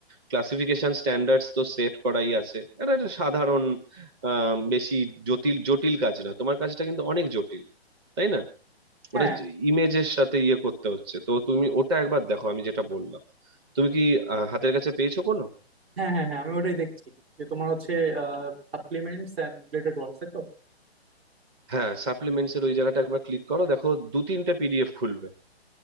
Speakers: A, on the right; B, on the right.
A: ক্লাসিফিকেশন স্ট্যান্ডার্ডস তো সেট করাই আছে এটা একটা সাধারণ আম, বেশি জটিল জটিল কাজ না তোমার কাজটা কিন্তু অনেক জটিল তাই না
B: হ্যাঁ
A: ওটা ইমেজের সাথে ইয়ে করতে হচ্ছে তো তুমি ওটা একবার দেখো আমি যেটা বললাম তুমি কি আহ, হাতের কাছে পেয়েছো কোনো
B: হ্যাঁ হ্যাঁ হ্যাঁ আমি ওটাই দেখছি যে তোমার হচ্ছে সাপ্লিমেন্টস এন্ড রিলেটেড ওয়ার্কস তাই তো
A: হ্যাঁ সাপ্লিমেন্টস এর ওই জায়গাটা একবার ক্লিক করো দেখো দু তিনটে পিডিএফ খুলবে